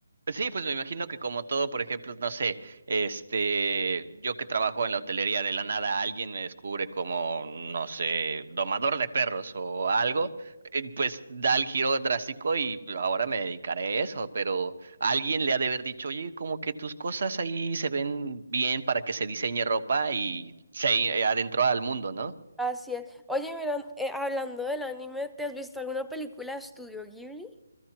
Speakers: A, on the right; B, in the centre.
A: Sí, pues me imagino que como todo, por ejemplo, no sé, este, yo que trabajo en la hotelería de la nada, alguien me descubre como, no sé, domador de perros o algo, eh, pues da el giro drástico y ahora me dedicaré a eso, pero alguien le ha de haber dicho, oye, como que tus cosas ahí se ven bien para que se diseñe ropa y se eh, adentró al mundo, ¿no?
B: Así es. Oye, mira, eh, hablando del anime, ¿te has visto alguna película de Estudio Ghibli?